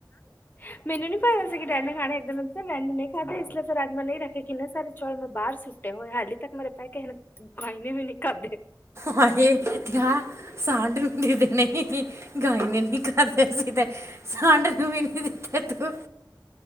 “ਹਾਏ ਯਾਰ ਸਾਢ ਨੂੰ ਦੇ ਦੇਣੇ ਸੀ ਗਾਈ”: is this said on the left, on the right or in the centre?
Right